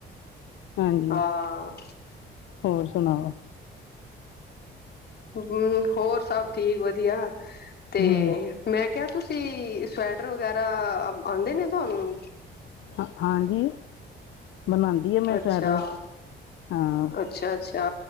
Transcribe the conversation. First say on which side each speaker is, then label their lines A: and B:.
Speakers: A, on the left; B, on the left.
A: ਹਾਂਜੀ।
B: ਹਾਂ
A: ਹੋਰ ਸੁਣਾਓ?
B: ਹਮ ਹੋਰ ਸਭ ਠੀਕ ਵਧੀਆ ਤੇ
A: ਹਮ
B: ਮੈਂ ਕਿਹਾ ਤੁਸੀਂ ਸਵੈਟਰ ਵਗੈਰਾ ਆਉਂਦੇ ਨੇ ਤੁਹਾਨੂੰ।
A: ਹਾਂ ਹਾਂਜੀ ਬਣਾਉਂਦੀ ਹ ਮੈਂ
B: ਅੱਛਾ
A: ਸਵੈਟਰ ਹਾਂ
B: ਅੱਛਾ, ਅੱਛਾ